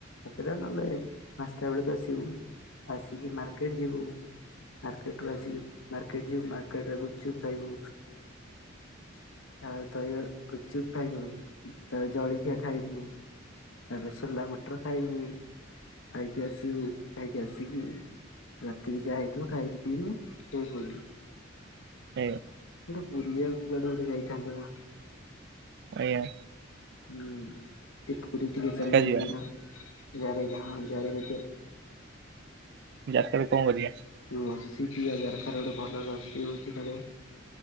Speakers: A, on the left (about 80°); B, on the right (about 55°).
A: ରାତିରେ ନ ହେଲେ ପାଞ୍ଚ ଟା ବେଳେ ଆସିବୁ, ଆସିଲି ମାର୍କେଟ ଯିବୁ। ମାର୍କେଟ ରୁ ଆସି ମାର୍କେଟ ଯିବୁ ମାର୍କେଟରେ ଗୁପୁଚୁପ୍ ଖାଇବୁ। ତା ଦହିବ ଗୁଚୁପ୍ ଖାଇବୁ ତା ଜଳିଖିଆ ଖାଇବୁ ତା ପରେ ସୋଲା ମଟର ଖାଇବୁ ଖାଇକି ଆସିବୁ ଖାଇକି ଆସିକି ରାତିକି ଯାହା ହେଇଥିବ ଖାଇି ପିଇମି ସୋଇପଡ଼ିବୁ।
B: ହୁଁ।
A: ଗୋଟେ ବୁଲିବାକୁ କୁଆଡେ ଗୋଟେ ଯାଇଥାନ୍ତେ ନା
B: ଆଜ୍ଞା।
A: ହୁଁ ସେ ପୁରୀ ଟିକେ ଚନ୍ଦନ
B: ଯିବା
A: ଯ ଜାରେ ଯା ହଁ ଜାରେ।
B: ଯାସ୍ତ ରୁ କଣ କରିବା?
A: ଲସି ପିଇବା ଦରକାର ଗୋଟେ ଭଲ ଲସି ହଉଛି କାଳେ